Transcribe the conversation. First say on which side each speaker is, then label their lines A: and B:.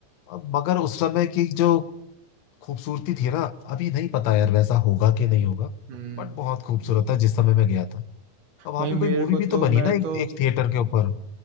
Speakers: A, on the left; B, on the right.
A: अब मगर उस समय की जो खूबसूरती थी ना अभी नहीं पता यार वैसा होगा कि नहीं होगा
B: हम्म
A: बट बहुत खूबसूरत था जिस समय मैं गया था अब वहां
B: भाई
A: पे
B: मेरे
A: कोई मूवी
B: को
A: भी
B: तो
A: तो बनी
B: मैं
A: ना
B: तो
A: एक, एक थिएटर के ऊपर